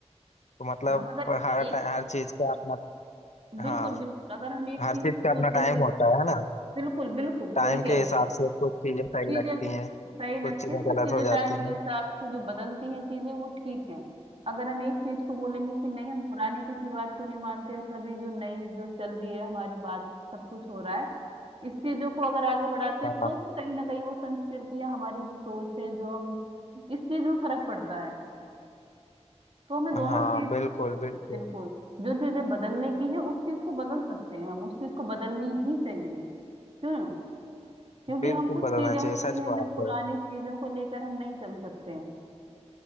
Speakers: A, on the left; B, on the right.
A: तो मतलब
B: हम अगर
A: हर
B: एक
A: टाइम हर चीज का अपना
B: बिल्कुल
A: हाँ
B: बिल्कुल अगर हम एक चीज
A: हर चीज
B: को सोचेंगे
A: का अपना टाइम होता है ना
B: बिल्कुल बिल्कुल
A: टाइम
B: सही कह
A: के हिसाब
B: रहे हो
A: से कुछ चीजें सही
B: चीजें
A: लगती हैं
B: सही लगती
A: कुछ चीजें
B: है कुछ
A: गलत
B: चीजें
A: हो जाती
B: टाइम के
A: हैं
B: हिसाब से जो बदलती हैं चीजें वो ठीक हैं अगर हम एक चीज को बोलेंगे कि नहीं हम पुरानी किसी बात को नहीं मानते सभी जो नई जो चल रही है हमारी बात सब कुछ हो रहा है इस चीजों को अगर आगे बढ़ाते हैं,
A: हाँ
B: तो फिर कहीं ना कहीं वो संस्कृति या हमारी जो सोच है जो हम इस चीज में फर्क पड़ता है तो हमें दोनों
A: हाँ हाँ,
B: चीज
A: बिल्कुल
B: को
A: बिल्कुल
B: बिल्कुल जो चीजें बदलने की है उस चीज को बदल सकते हैं हम उस चीज को बदलनी भी चाहिए क्यों क्योंकि
A: बिल्कुल
B: हम कुछ
A: बदलना
B: चीजें
A: चाहिए
B: होती
A: सच
B: हैं
A: बात
B: जो पुरानी
A: है
B: चीजों को लेकर हम नहीं चल सकते हैं